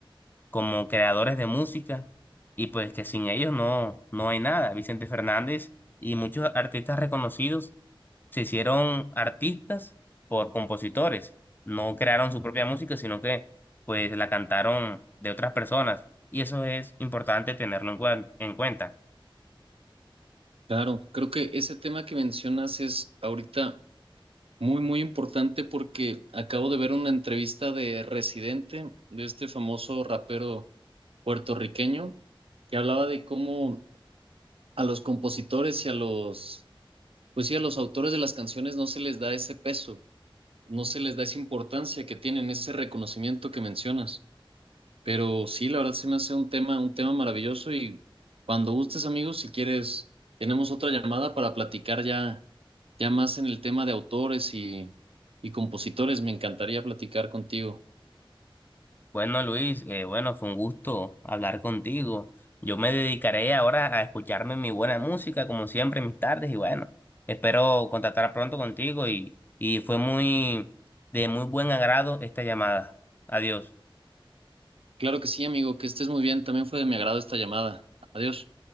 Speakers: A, on the left; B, on the right.
A: como creadores de música y pues que sin ellos no, no hay nada. Vicente Fernández y muchos artistas reconocidos se hicieron artistas por compositores, no crearon su propia música, sino que pues la cantaron de otras personas y eso es importante tenerlo en, cuen- en cuenta.
B: Claro, creo que ese tema que mencionas es ahorita Muy, muy importante porque acabo de ver una entrevista de Residente, de este famoso rapero puertorriqueño, que hablaba de cómo a los compositores y a los, pues sí, a los autores de las canciones no se les da ese peso, no se les da esa importancia que tienen, ese reconocimiento que mencionas. Pero sí, la verdad se me hace un tema, un tema maravilloso y cuando gustes, amigos, si quieres, tenemos otra llamada para platicar ya ya más en el tema de autores y, y compositores, me encantaría platicar contigo.
A: Bueno, Luis, eh, bueno, fue un gusto hablar contigo. Yo me dedicaré ahora a escucharme mi buena música, como siempre, en mis tardes, y bueno, espero contactar pronto contigo y, y fue muy de muy buen agrado esta llamada. Adiós.
B: Claro que sí, amigo, que estés muy bien. También fue de mi agrado esta llamada. Adiós.